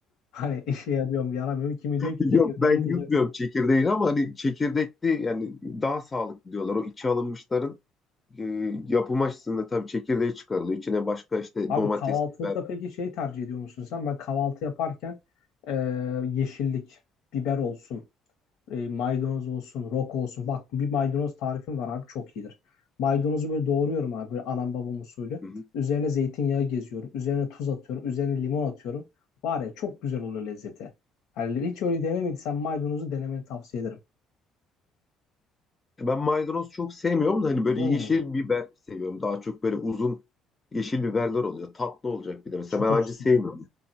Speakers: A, on the left; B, on the left.
A: Hani işe yarıyor mu yaramıyor mu? Kimi
B: <laughs>
A: diyor ki çekirdeğini
B: Yok ben
A: yutacaksın.
B: yutmuyorum çekirdeğini ama hani çekirdekli yani daha sağlıklı diyorlar. O içi alınmışların e, yapım açısından tabii çekirdeği çıkarılıyor. İçine başka işte
A: Abi
B: domates,
A: kahvaltılıkta
B: biber.
A: peki şey tercih ediyor musun sen? Ben kahvaltı yaparken e, yeşillik, biber olsun, e, maydanoz olsun, roka olsun. Bak bir maydanoz tarifim var abi çok iyidir. Maydanozu böyle doğruyorum abi böyle anam babam usulü.
B: Hı hı.
A: Üzerine zeytinyağı geziyorum. Üzerine tuz atıyorum. Üzerine limon atıyorum. Var ya çok güzel oluyor lezzeti. Yani hiç öyle denemediysen maydanozu denemeni tavsiye ederim.
B: Ben maydanoz çok sevmiyorum da hani böyle
A: Hmm,
B: yeşil biber seviyorum. Daha çok böyle uzun yeşil biberler oluyor. Tatlı olacak bir de. Mesela
A: çıtır
B: ben
A: çıtır.
B: acı sevmiyorum.